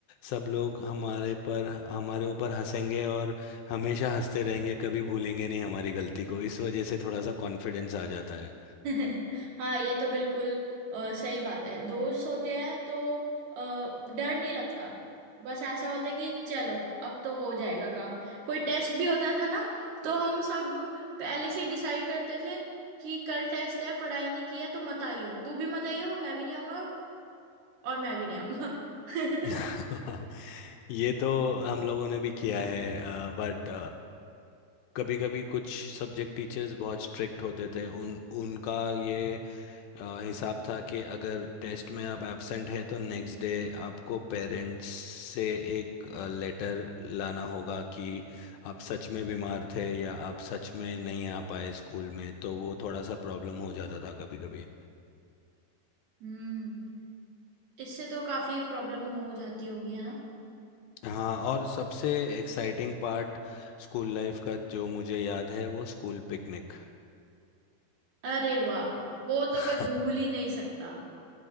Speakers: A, on the left (about 75°); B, on the right (about 75°).
A: सब लोग हमारे पर हमारे ऊपर हंसेंगे और हमेशा हंसते रहेंगे कभी भूलेंगे नहीं हमारी गलती को इस वजह से थोड़ा सा कॉन्फिडेंस आ जाता है
B: <laughs> हाँ ये तो बिल्कुल अ, सही बात है दोस्त होते हैं तो अ, डर नहीं लगता बस ऐसा होता है कि चलो अब तो हो जाएगा काम कोई टेस्ट भी होता था ना तो हम सब पहले से डिसाइड करते थे कि कल टेस्ट है पढ़ाई नहीं की है तो मत आइयो तू भी मत आइयो मैं भी नहीं आऊंगा और मैं भी नहीं आऊंगा <laughs>
A: <laughs> ये तो हम लोगों ने भी किया है बट कभी कभी कुछ सब्जेक्ट टीचर्स बहुत स्ट्रिक्ट होते थे उन उनका ये अ, हिसाब था कि अगर टेस्ट में आप एब्सेंट है तो नेक्स्ट डे आपको पेरेंट्स से एक लेटर लाना होगा कि आप सच में बीमार थे या आप सच में नहीं आ पाए स्कूल में तो वो थोड़ा सा प्रॉब्लम हो जाता था कभी कभी
B: हम्म इससे तो काफी प्रॉब्लम हो जाती होगी है ना
A: हाँ और सबसे एक्साइटिंग पार्ट स्कूल लाइफ का जो मुझे याद है वो स्कूल पिकनिक
B: अरे वाह वो तो
A: <laughs>
B: कोई भूल ही नहीं सकता